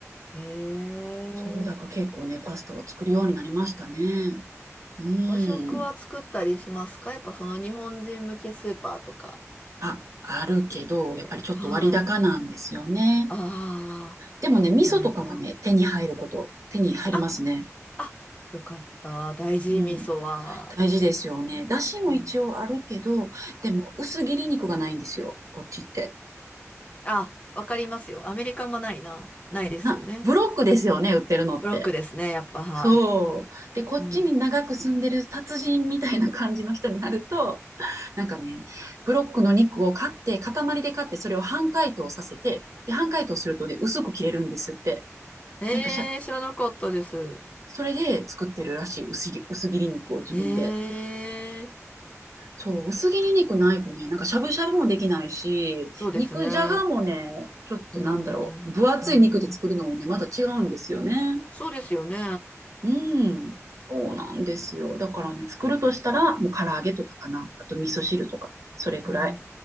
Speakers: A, on the left; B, on the right.
A: ええ
B: そう、だから結構ね、パスタは作るようになりましたね。うん。
A: 和食は作ったりしますかやっぱその日本人向けスーパーとか
B: あ、あるけど、
A: で。
B: やっぱりちょっと割高なんですよね。
A: はい。あ
B: でもね、味噌とかはね、
A: あ、なるほど。
B: 手に入ること、手に入りますね。
A: あ、あ、よかった。大事味噌は。
B: うん。大事ですよね。だしも一応あるけど、
A: うん
B: でも薄切り肉がないんですよ、こっちって。
A: あ、わかりますよ。アメリカもないな。ないですよね。
B: な、ブロックですよね、売ってるのって。
A: ブロックですね、やっぱ、はい。
B: そう。で、こっちに長く住んでる達人みたいな感じの人になると、
A: うん。
B: なんかね、ブロックの肉を買って、塊で買って、それを半解凍させて、で、半解凍するとね、薄く切れるんですって。
A: えー、
B: なんかしゃ、
A: 知らなかったです。
B: それで作ってるらしい、薄切薄切り肉を自分で。
A: えー、
B: そう、薄切り肉ないとね、なんかしゃぶしゃぶもできないし、
A: そうですね。
B: 肉じゃがもね、ちょっとなんだろう、
A: うん、
B: 分厚い肉で作るのもね、
A: うん。
B: また違うんですよね。
A: そうですよね。
B: うん、そうなんですよ。だからね、作るとしたら、もう唐揚げとかかな。あと味噌汁とか、それくらい。
A: うん。